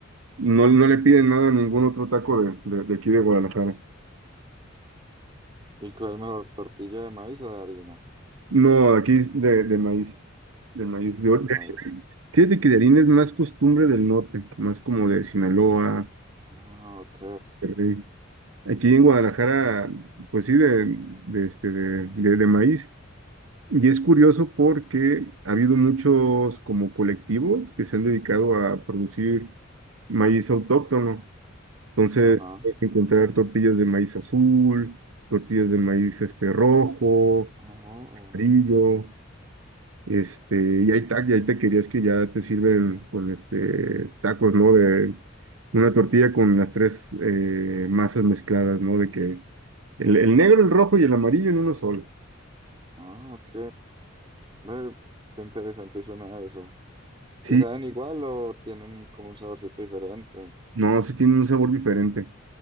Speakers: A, on the right; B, on the right.
A: no, no le piden nada a ningún otro taco de, de, de aquí de Guadalajara.
B: ¿Y cuál es mejor, tortilla de maíz o de harina?
A: No, aquí de, de maíz, de maíz. De, or-
B: De
A: de,
B: maíz.
A: harina. fíjate que de harina es más costumbre del norte, más como de Sinaloa,
B: Ah, ok,
A: Monterrey. Aquí en Guadalajara, pues sí, de, de, este, de, de de maíz. Y es curioso porque ha habido muchos como colectivos que se han dedicado a producir maíz autóctono. Entonces,
B: ajá.
A: puedes encontrar tortillas de maíz azul, tortillas de maíz este rojo,
B: Oh,
A: amarillo, este, y hay, ta- y hay taquerías que ya te sirven con este tacos, ¿no? De una tortilla con las tres eh, masas mezcladas, ¿no? De que el, el negro, el rojo y el amarillo en uno solo.
B: ah, ok. Ve, qué interesante suena eso.
A: Sí,
B: ¿Y saben igual o tienen como un saborcito diferente?
A: no, sí tiene un sabor diferente.